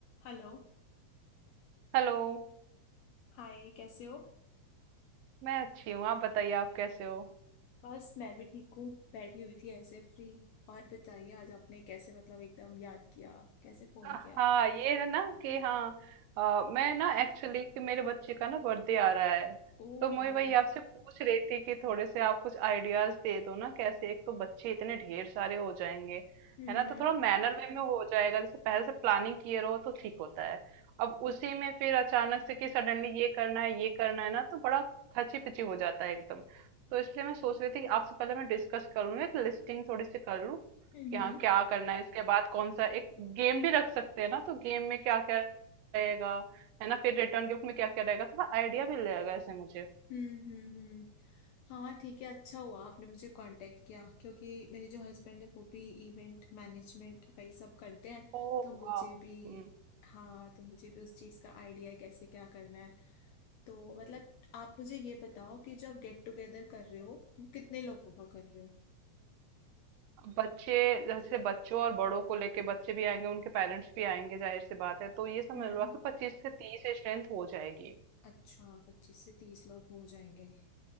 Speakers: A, on the left; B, on the right.
A: Hello
B: हेलो
A: Hi कैसे हो
B: मैं अच्छी हूँ आप बताइए आप कैसे हो
A: बस मैं भी ठीक हूँ बैठी हुई थी ऐसे फ्री और बताइए आज आपने कैसे मतलब एकदम याद किया कैसे फोन
B: हाँ
A: किया
B: ये है ना कि हाँ अ, मैं ना एक्चुअली कि मेरे बच्चे का ना बर्थडे आ रहा है
A: ओ
B: तो मैं
A: वाह
B: वही
A: हम्म
B: आपसे पूछ रही थी कि थोड़े से आप कुछ आइडियाज दे दो ना कैसे एक तो बच्चे इतने ढेर सारे हो जाएंगे
A: हम्म
B: है ना तो थोड़ा मैनर वे में हो जाएगा जैसे पहले से प्लानिंग किए रहो तो ठीक होता है अब उसी में फिर अचानक से कि सडनली ये करना है ये करना है ना तो बड़ा खची पिची हो जाता है एकदम तो इसलिए मैं सोच रही थी कि आपसे पहले मैं डिस्कस कर लूँ एक लिस्टिंग थोड़ी सी कर लूँ
A: हम्म
B: कि हाँ क्या करना है इसके बाद कौन सा एक गेम भी रख सकते हैं ना तो गेम में क्या क्या रहेगा है ना फिर रिटर्न गिफ्ट में क्या क्या रहेगा थोड़ा आइडिया भी लगेगा ऐसे मुझे
A: हम्म हम्म हम्म। हाँ ठीक है अच्छा हुआ आपने मुझे कांटेक्ट किया क्योंकि मेरे जो हस्बैंड है वो भी इवेंट मैनेजमेंट वही सब करते हैं
B: ओ
A: तो मुझे
B: वाह
A: भी
B: हम्म
A: हाँ तो मुझे भी उस चीज़ का आइडिया है कैसे क्या करना है तो मतलब आप मुझे ये बताओ कि जो आप गेट टुगेदर कर रहे हो वो कितने लोगों का कर रहे हो
B: बच्चे जैसे बच्चों और बड़ों को लेके बच्चे भी आएंगे उनके पेरेंट्स भी आएंगे जाहिर सी बात है तो ये समझ
A: हम्म
B: लो कि पच्चीस से तीस स्ट्रेंथ हो जाएगी
A: अच्छा पच्चीस से तीस लोग हो जाएंगे